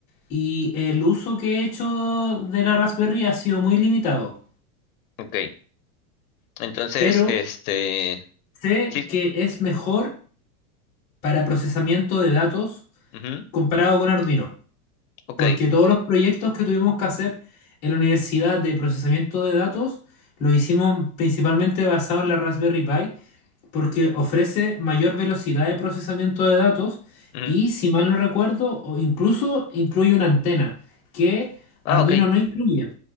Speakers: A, on the left (about 15°); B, on the left (about 70°).
A: y el uso que he hecho de la Raspberry ha sido muy limitado,
B: ok Entonces,
A: pero
B: este,
A: sé
B: sí.
A: que es mejor para procesamiento de datos
B: ujú,
A: comparado con Arduino,
B: ok
A: porque todos los proyectos que tuvimos que hacer en la universidad de procesamiento de datos lo hicimos principalmente basado en la Raspberry Pi, porque ofrece mayor velocidad de procesamiento de datos
B: ujú,
A: y, si mal no recuerdo, o incluso incluye una antena que
B: Ah,
A: Arduino
B: ok
A: no incluye.